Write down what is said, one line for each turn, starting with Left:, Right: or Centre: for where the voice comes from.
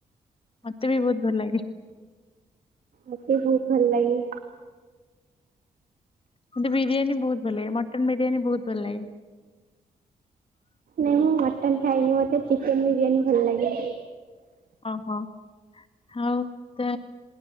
Left: ମତେ ବି ବହୁତ ଭଲ ଲାଗେ।
Right: ମତେ ବି ବହୁତ ଭଲ ଲାଗେ।
Left: ମତେ ବିରିୟାନୀ ବହୁତ ଭଲ ଲାଗେ, ମଟନ ବିରିୟାନୀ ବହୁତ ଭଲ ଲାଗେ।
Right: ନାଇଁ ମୁଁ ମଟନ ଖାଇନି ମତେ ଚିକେନ୍ ବିରିୟାନୀ ଭଲ ଲାଗେ।
Left: ଓହୋ। ଆଉ ତ